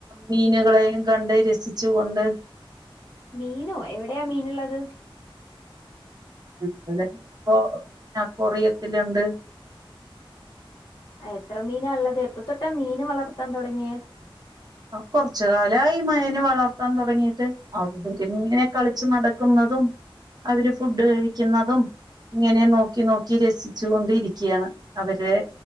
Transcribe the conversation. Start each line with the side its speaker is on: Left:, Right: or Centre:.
Right: മീനുകളെയും കണ്ട് രസിച്ചു കൊണ്ട്
Left: മീനോ എവിടെയാ മീനുള്ളത്
Right: അത് ഇപ്പോ അക്വറിയത്തിലുണ്ട്
Left: എത്ര മീനാ ഒള്ളത് എപ്പ തൊട്ടാ മീന് വളർത്താൻ തൊടങ്ങിയേ
Right: അ കൊറച്ച് കാലായി മയേന്ന് വള വളർത്താൻ തൊടങ്ങീട്ട് <unintelligible> ഇങ്ങനെ കളിച്ച് നടക്കുന്നതും അവര് ഫുഡ് കഴിക്കുന്നതും ഇങ്ങനെ നോക്കി നോക്കി രസിച്ചു കൊണ്ടിരിക്കയാണ് അവരെ